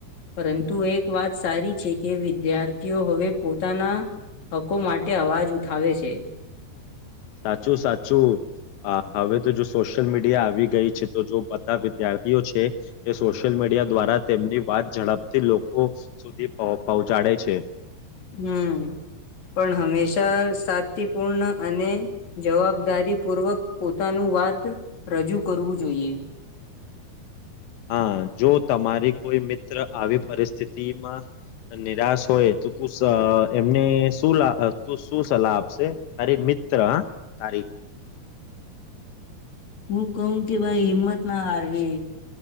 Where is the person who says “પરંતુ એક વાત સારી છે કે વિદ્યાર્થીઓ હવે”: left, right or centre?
Left